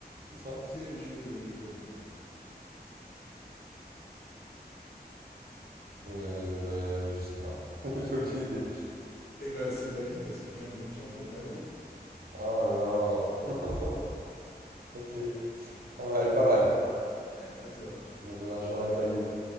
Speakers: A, on the right (about 60°); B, on the left (about 70°).
A: C'est ça?
B: Qui a les cheveux le longs? Ouais.
A: Euh, bah, euh, je sais pas. <laughs> J'ai aucune idée.
B: Eh ben, c'est Bali parce qu'il vient de tondre Balo.
A: Oh là là. <laughs> Ok, pas mal, pas mal.
B: À toi.
A: Bah, j'en ai- je l'aurais pas eu.